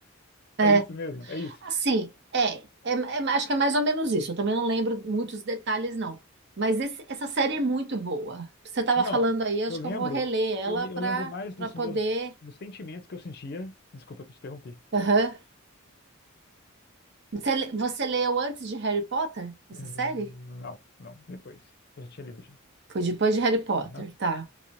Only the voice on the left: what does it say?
É
isso mesmo, é isso.
Não,
eu lembro,
eu, me-
eu lembro mais dos
meus, dos sentimentos que eu sentia. Desculpa, eu te interrompi.
Hum,
Não, não, depois. Eu já tinha lido já.
Aham.